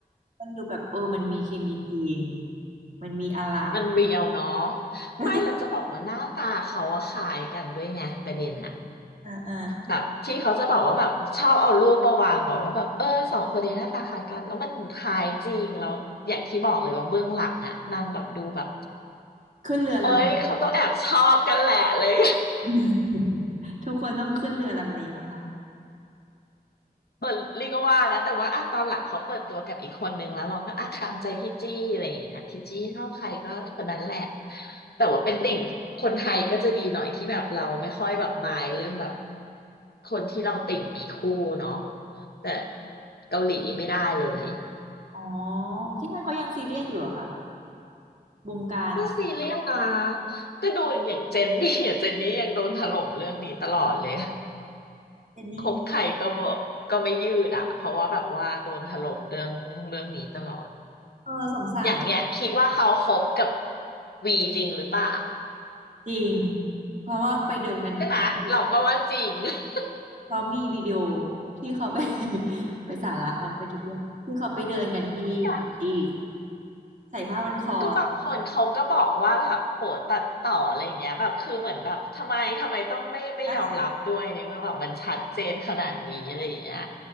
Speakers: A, on the right; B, on the left.
A: มันดูแบบเออมันมีเคมีจริง มันมีอะไร
B: มันเรียวเนาะ
A: <laughs>
B: ไม่เราจะบอกว่าหน้าตาเขาอะคล้ายกันด้วยไงประเด็นน่ะ
A: อ่าอ่า
B: แบบที่เขาจะบอกว่าแบบชอบเอารูปมาวางบอกว่าแบบเออสองคนนี้หน้าตาคล้ายกันแล้วมันคล้ายจริงแล้วอย่างที่บอกเลยว่าเบื้องหลังอะนางแบบดูแบบ
A: ขึ้นเรือล
B: เอ้ยเขาต้องแอบชอบกันแหละเลย
A: ำ <laughs> ทุกคนต้องขึ้นเรือลำนี้ปะคะ
B: เออเรียกว่านะแต่ว่าอ่ะตอนหลังเขาเปิดตัวกับอีกคนนึงแล้วเราก็อ่ะตามใจพี่จี้อะไรอย่างเงี้ยพี่จี้เท่าใครก็คนนั้นแหละแต่ว่าเป็นติ่งคนไทยก็จะดีหน่อยที่แบบเราไม่ค่อยแบบมายเรื่องแบบคนที่เราติ่งมีคู่เนาะแต่เกาหลีไม่ได้เลย
A: อ๋อที่นั่นเขายังซีเรียสอยู่เหรอคะวงการ
B: ก็ซีเรียสนะก็ดูอย่างเจนนี่เจนนี่ยังโดนถล่มเรื่องนี้ตลอดเลย
A: เจนนี่
B: คบใครก็ก็ไม่ยืดอะเพราะว่าแบบว่าโดนถล่มเรื่องเรื่องนี้ตลอด
A: เออสงสาร
B: อย่างเนี้ยคิดว่าเขาคบกับวีจริงหรือเปล่า
A: จริงเพราะว่าไปเดินกันที่ปารีส
B: ใช่ไหมเราก็ว่าจริง <laughs>
A: เพราะมีวิดีโอที่เขาไป <laughs> ไปสาระเขาไปทุกเรื่องที่เขาไปเดินกันที่ปารีส
B: เนี่ย
A: ใส่ผ้าพันคอใส่
B: ก็บางคนเขาก็บอกว่าแบบโหตัดต่ออะไรอย่างเงี้ยแบบคือเหมือนแบบทำไมทำไมต้องไม่ไม่ยอมรับด้วยในเมื่อแบบมันชัดเจนขนาดนี้อะไรอย่างเงี้ย
A: ผ้าเหลือง